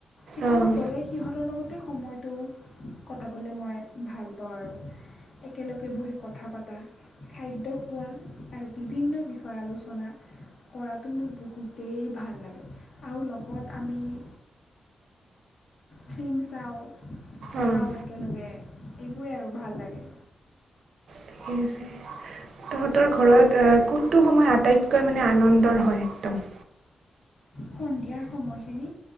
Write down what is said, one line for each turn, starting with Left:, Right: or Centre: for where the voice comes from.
Left: কিন্তু
Right: অ',
Left: মই গ'লে সিহঁতৰ লগতে সময়টো কটাবলে মই ভাল পাওঁ আৰু। একেলগে বহি কথা পাতা খাদ্য খোৱা আৰু বিভিন্ন বিষয়ে আলোচনা - কৰাটো মোৰ বহুতেই ভাল লাগে, আৰু লগত আমি - ফিল্ম চাওঁ,
Right: অ',
Left: খাওঁ একেলগে, এইবোৰে আৰু ভাল লাগে।
Right: ঠিকেই আছে। তহঁতৰ ঘৰত এ কোনটো সময় আটাইতকৈ মানে আনন্দৰ হয় একদম?
Left: সন্ধিয়াৰ সময়খিনি।